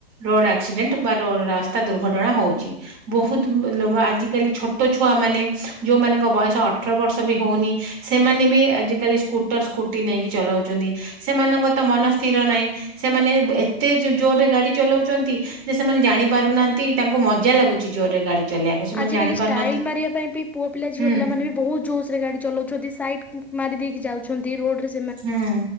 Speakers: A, on the right; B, in the centre.
A: ରୋଡ଼ ଆକ୍ସିଡେଣ୍ଟ ବା ରୋଡ଼ ରାସ୍ତା ଦୁର୍ଘଟଣା ହଉଛି। ବହୁତ ଲୋ ଆଜିକାଲି ଛୋଟ ଛୁଆ ମାନେ ଯୋଉମାନଙ୍କ ବୟସ ଅଠର ବର୍ଷ ବି ହଉନି ସେମାନେ ବି ଆଜିକାଲି ସ୍କୁଟର ସ୍କୁଟି ନେଇକି ଚଲଉଛନ୍ତି। ସେମାନଙ୍କ ତ ମନ ସ୍ଥିର ନାହିଁ ସେମାନେ ଏତେ ଜୋର ରେ ଗାଡି ଚଲାଉଛନ୍ତି ଯେ ସେମାନେ ଜାଣି ପାରୁନାହାନ୍ତି ତାଙ୍କୁ ମଜା ଲାଗୁଛି ଜୋର ରେ ଗାଡି ଚଲେଇବାକୁ ସେମାନେ
B: ଆଜିକାଲି
A: ଜାଣି
B: ଷ୍ଟାଇଲ
A: ପାରୁନାହାନ୍ତି
B: ମାରିବା ପାଇଁ ପୁଅ ପିଲା ଝିଅ
A: ହୁଁ
B: ପିଲାମାନେ ବି ବହୁତ ଜୋସ ରେ ଗାଡି ଚଲାଉଛନ୍ତି ସାଇଟ କ୍ ମାରି ଦେଇକି ଯାଉଛନ୍ତି ରୋଡ ରେ
A: ହୁଁ